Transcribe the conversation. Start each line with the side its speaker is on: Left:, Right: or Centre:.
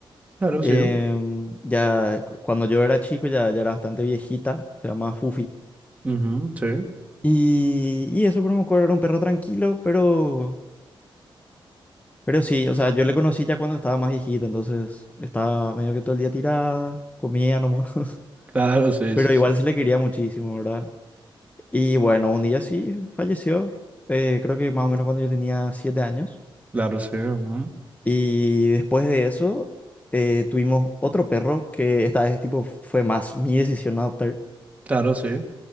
Right: claro, sí.
Left: Em, ya cu- cuando yo era chico ya, ya era bastante viejita, se llamaba Fufi.
Right: Ujú, sí.
Left: Y, y eso, pero me acuerdo, era un perro tranquilo, pero, pero sí, o sea, yo le conocí ya cuando estaba más viejita, entonces estaba medio que todo el día tirada, comía nomás, <laughs>
Right: Claro, sí,
Left: pero
Right: sí,
Left: igual
Right: sí.
Left: se le quería muchísimo, ¿verdad? Y bueno, un día sí falleció, eh, creo que más o menos cuando yo tenía siete años.
Right: Claro, sí. ujú,
Left: Y después de eso eh, tuvimos otro perro que esta vez tipo fue más mi decisión adoptar,
Right: Claro, sí.